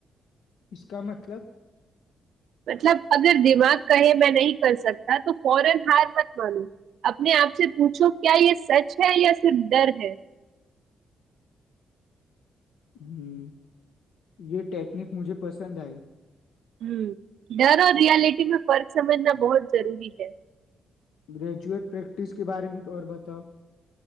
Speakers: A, on the left; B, on the right.
A: اس کا مطلب
B: مطلب اگر دماغ کہے میں نہیں کر سکتا تو فورا ہار مت مانو اپنے آپ سے پوچھو کیا یہ سچ ہے یا صرف ڈر ہے
A: ہوں یہ ٹیکنیک مجھے پسند آئی
B: ہ ڈر اور ریالٹی میں فرق سمجھنا بہت ضروری ہے
A: گریجویٹ پریکٹس کے بارے میں اور بتاؤ